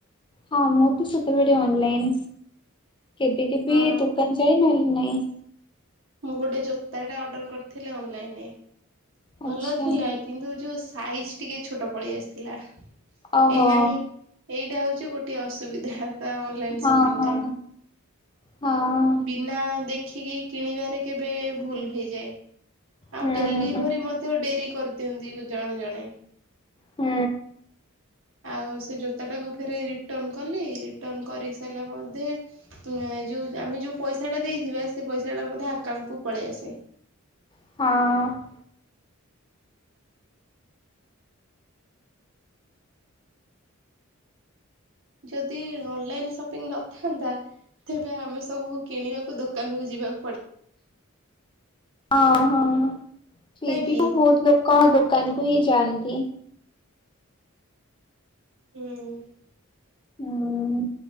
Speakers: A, on the left; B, on the right.
A: ହଁ ମୁଁ ତ ସେତେବେଳେ ଅନଲାଇନ କେବେ କେବେ
B: ହଁ
A: ଦୋକାନ ଯାଏ ନହେଲେ ନାଇଁ।
B: ମୁଁ ଗୋଟେ ଜୋତାଟା ଅର୍ଡର କରିଥିଲି ଅନଲାଇନରେ
A: ଆଚ୍ଛା
B: ଭଲ ଥିଲା କିନ୍ତୁ ଯୋଉ ସାଇଜ ଟିକେ ଛୋଟ ପଳେଇ ଆସିଥିଲା
A: ଓହୋ
B: ଏହା ହିଁ ଏଇଟା ହଉଛି ଗୋଟେ ଅସୁବିଧା ତା ଅନଲାଇନ
A: ହଁ
B: ସପିଙ୍ଗ
A: ହଁ
B: ର
A: ହଁ।
B: ବି ବିନା ଦେଖିକି କିଣିବାରେ କେବେ ଭୁଲ ହୋଇଯାଏ। ଆଉ
A: ହୁଁ
B: ଡେଲିଭରି ମଧ୍ୟ ଡେରି କରିଦିଅନ୍ତି ଜଣେ ଜଣେ।
A: ହୁଁ।
B: ଆଉ ସେ ଜୋତାଟାକୁ ଫେରେ ରିଟର୍ଣ କଲି ରିଟର୍ଣ କରି ସାରିଲା ମଧ୍ୟେ ଯୋଉ ଆମେ ଯୋଉ ପଇସା ଟା ଦେଇଥିବା ସେ ପଇସାଟା ମଧ୍ୟ ଆକାଉଣ୍ଟକୁୁ ପଳେଇ ଆସେ।
A: ହଁ।
B: ଯଦି ଅନଲାଇନ ସପିଙ୍ଗ ନଥାନ୍ତା ତେବେ ଆମେ ସବୁ କିଣିବାକୁ ତୁ ଦୋକାନକୁୁ ଯିବା
A: ଅ ହଁ <unintelligible>
B: ନାଇଁ କି?
A: କଣ ଦୋକାନ କୁ ହିଁ ଯାଆନ୍ତି?
B: ହୁଁ।
A: ହୁଁ।